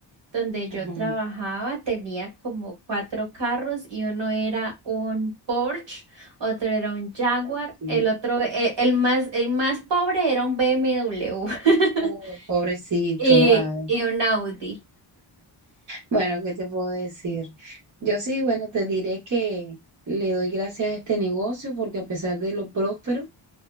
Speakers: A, on the right (about 65°); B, on the right (about 40°).
A: donde
B: Ajá,
A: yo trabajaba tenía como cuatro carros y uno era un Porsche, otro era un Jaguar,
B: ok.
A: el otro, e- el, más, el más pobre era un BMW <laughs>
B: Oh, pobrecito.
A: y,
B: ay.
A: y un Audi.
B: Bueno, ¿qué te puedo decir? Yo sí, bueno, te diré que le doy gracias a este negocio porque a pesar de lo próspero,